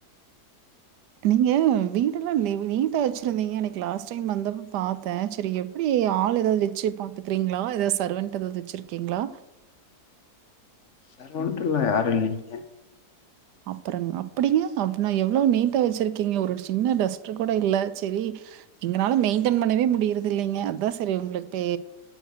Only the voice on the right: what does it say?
நீங்க வீட் டெல்லா நீவ் நீட்டா வெச்ருந்தீங்க எனக் லாஸ் டைம் வந்தப்ப பாத்தே ச்சரி எப் ப்டி ஆள் ஏதாவ்து வெச்சு பாத்துக்றீங்ளா ஏதாவ் சர்வென்ட் ஏதாவ்து வச்சிருக்கீங்ளா
அப்பறங் அப்படிங்க அப்பன்னா எவ்ளோ நீட்டா வச்சிருக்கீங்க ஒரு சின்ன டஸ்ட்டு கூட இல்ல ச்செரி எங்கனால மெய்ன்டன் பண்ணவே முடியிற்த் இல்லைங்க அதா சரி உங்ளுக்டே